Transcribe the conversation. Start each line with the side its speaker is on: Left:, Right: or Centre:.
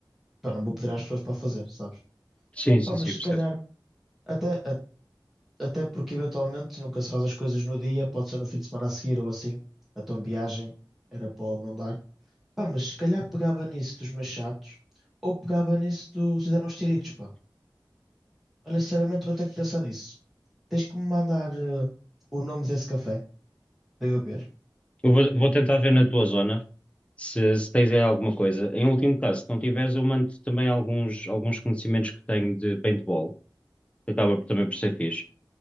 Centre: Pá, não vou pedir às pessoas para fazer, sabes?
Left: Sim, sim,
Centre: Pá, mas
Left: sim,
Centre: se
Left: percebo.
Centre: calhar. Até, Até porque eventualmente nunca se faz as coisas no dia, pode ser no fim de semana a seguir ou assim. Então viagem era pode não dar. Pá, mas se calhar pegava nisso dos machados ou pegava nisso dos hidanos tiritos, pá. Olha, sinceramente vou ter que pensar nisso. Tens que me mandar eh, o nome desse café para eu ver.
Left: Eu vou, vou tentar ver na tua zona se, se tens aí alguma coisa. Em último caso, se não tiveres, eu mando também alguns, alguns conhecimentos que tenho de paintball, que acaba por- também por ser fixe.